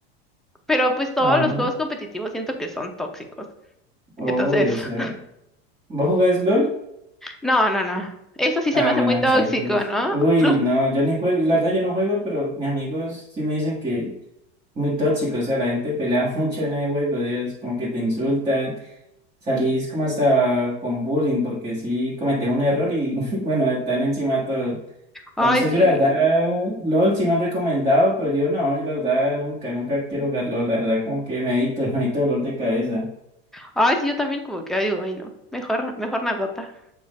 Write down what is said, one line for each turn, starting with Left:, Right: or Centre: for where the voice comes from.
Centre: Pero pues todos
Right: ajá,
Centre: los juegos competitivos siento que son tóxicos.
Right: obvio,
Centre: Entonces,
Right: o sea.
Centre: <laughs>
Right: ¿Vos jugás LOL?
Centre: no, no, no. Eso sí se
Right: Ah,
Centre: me hace
Right: bueno,
Centre: muy tóxico,
Right: esa. pues.
Centre: ¿no?
Right: Uy,
Centre: Los-
Right: no, yo ni juego, y la verdad yo no juego, pero mis amigos sí me dicen que es muy tóxico, o sea, la gente pelea <laughs> mucho en el juego, Dios, como que te insultan, Salís como hasta con bullying porque sí cometés un error y <laughs> bueno, están encima todos. Entonces
Centre: Ay, sí.
Right: yo la verdad, LOL sí me han recomendado, pero yo no, yo la verdad nunca, nunca quiero jugar LOL, la verdad como que me evito, <laughs> me evito dolor de cabeza.
Centre: Ay, sí, yo también como que ay, digo, ay, no. Mejor, mejor nadota.